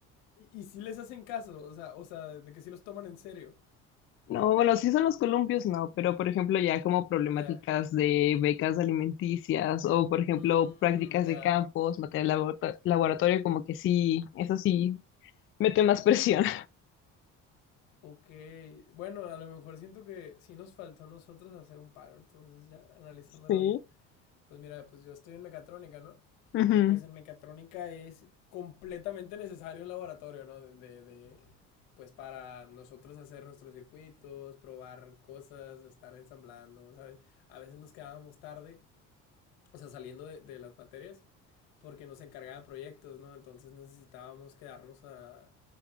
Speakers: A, on the left; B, on the left.
A: y, y sí les hacen caso, o sea, o sea, de que sí los toman en serio.
B: No, bueno, sí son los columpios, no, pero por ejemplo ya como problemáticas
A: Ya.
B: de becas alimenticias o por ejemplo
A: Mm,
B: prácticas
A: ya.
B: de campos, material laborato- laboratorio, como que sí, eso sí, mete más presión.
A: Ok, bueno, a lo mejor siento que sí nos faltó a nosotros hacer un paro, entonces ya analizándolo
B: <laughs> Sí.
A: bien, pues mira, pues yo estoy en mecatrónica, ¿no?
B: Ujú,
A: Y pues en mecatrónica es completamente necesario un laboratorio, ¿no? De, de- de, pues para nosotros hacer nuestros circuitos, probar cosas, estar ensamblando, ¿sabes? A veces nos quedábamos tarde, o sea, saliendo de, de las materias, porque nos encargaban proyectos, ¿no? Entonces necesitábamos quedarnos a,